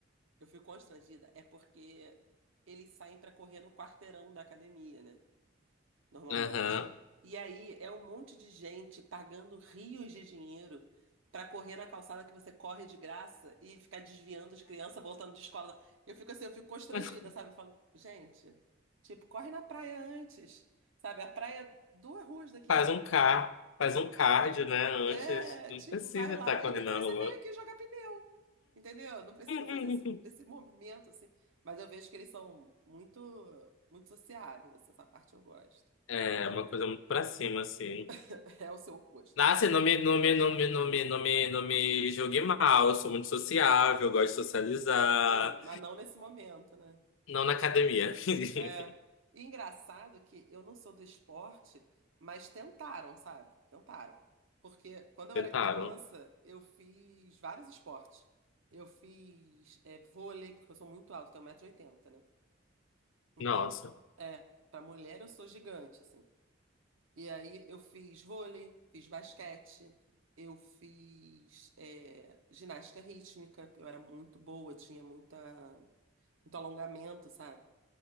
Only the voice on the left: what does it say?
Aham.
<laughs>
Faz um car, faz um cardio, né? Antes,
não
precisa
estar correndo
na rua.
<laughs>
É uma coisa muito pra cima, assim.
Nossa, eu não me, não me, não me, não me, não me, não me julgue mal. Eu sou muito sociável, eu gosto de socializar.
Não na academia. <laughs>
Tentaram.
Nossa.